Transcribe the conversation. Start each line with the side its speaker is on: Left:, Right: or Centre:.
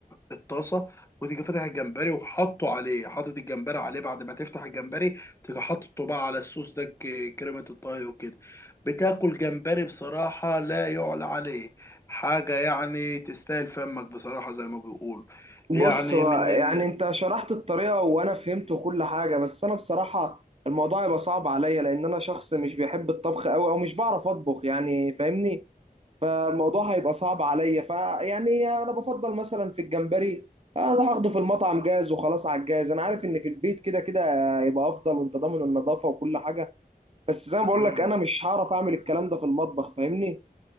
Left: الطاسه وتيجي فاتح الجمبري وحاطه عليه حاطط الجمبري عليه بعد ما تفتح الجمبري تيجي حاطه بقى على الصوص ده ك- كريمه الطهي وكده بتاكل جمبري بصراحه لا يعلى عليه حاجه يعني تستاهل فمك بصراحه زي ما بيقولوا
Right: بص
Left: يعني
Right: هو
Left: من
Right: يعني
Left: ال
Right: انت شرحت الطريقه وانا فهمت كل حاجه بس انا بصراحه الموضوع يبقى صعب عليا لان انا شخص مش بيحب الطبخ قوي او مش بعرف اطبخ يعني فاهمني فالموضوع هيبقى صعب عليا فيعني انا بفضل مثلا في الجمبري اروح اخده في المطعم جاهز وخلاص على الجاهز انا عارف ان في البيت كده كده يبقى افضل وانت ضامن النظافه وكل حاجه بس زي ما بقول
Left: مم.
Right: لك انا مش هعرف اعمل الكلام ده في المطبخ فاهمني